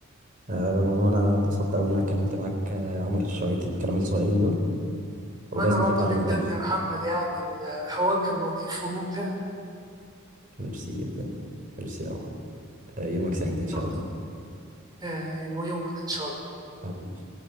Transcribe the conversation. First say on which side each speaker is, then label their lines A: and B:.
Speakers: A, on the right; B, on the right.
A: آه، رغم ان انا اتبسطت قوي ان انا اتكلمت معاك آه، عمر شويه الكلام الصغيرين دول ولازم
B: وانا برضه
A: تتعلم
B: جدا
A: الطبخ
B: يا محمد يعني الحوار كان لطيف وممتع
A: ميرسي جدا ميرسي يا عمر آه، يومك سعيد ان شاء
B: شكرا
A: الله
B: آه، ويومك ان شاء الله
A: حبيبي